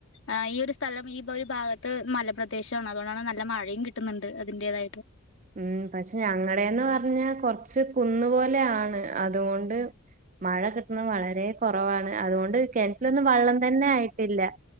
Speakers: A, on the left; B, on the right.
A: ആ ഈ ഒരു സ്ഥലം ഈ ഒരു ഭാഗത്ത് മലപ്രദേശാണ് അതുകൊണ്ടാണ് നല്ല മഴയും കിട്ടുന്നുണ്ട് അതിന്റേതായിട്ട്
B: ഉം പക്ഷെ ഞങ്ങളടെന്ന് പറഞ്ഞാ കൊറച്ച് കുന്ന് പോലെയാണ് അതുകൊണ്ട് മഴ കിട്ടുന്നത് വളരെ കൊറവാണ് അതുകൊണ്ട് കെണറ്റ്ലൊന്നും വള്ളം തന്നെ ആയിട്ടില്ല.